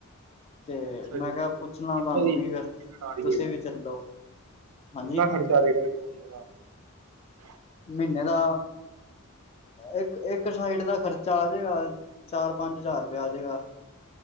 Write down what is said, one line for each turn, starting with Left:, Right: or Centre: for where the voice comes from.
Left: ਤੇ
Right: ਅੱਛਾ ਜੀ
Left: ਮੈਂ
Right: ਕਿੰਨੇ
Left: ਕਿਹਾ ਪੁੱਛਣਾ ਤੁਹਾਨੂੰ
Right: ਦੀ
Left: ਵੀ ਫੇਰ
Right: ਟਿਕਟ ਆ ਰਹੀ
Left: ਤੁਸੀਂ
Right: ਹੈ
Left: ਵੀ ਚੱਲੋ ਹਾਂਜੀ
Right: ਕਿੰਨਾ ਖਰਚਾ ਰਹੇਗਾ ਕੁੱਲ ਮਿਲਾ ਕੇ
Left: ਮਹੀਨੇ ਦਾ ਇੱਕ ਇੱਕ ਸਾਈਡ ਦਾ ਖਰਚਾ ਆ ਜਾਏਗਾ ਚਾਰ ਪੰਜ ਹਜ਼ਾਰ ਰੁਪਇਆ ਆ ਜੇਗਾ